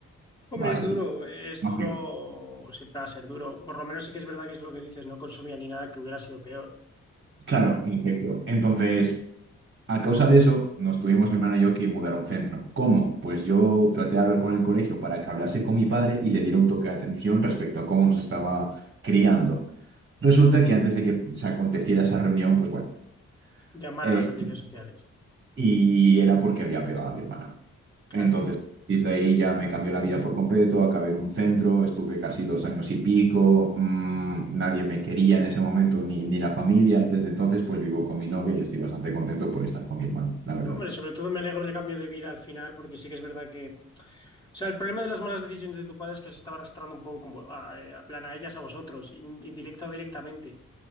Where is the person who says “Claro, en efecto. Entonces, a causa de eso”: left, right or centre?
Right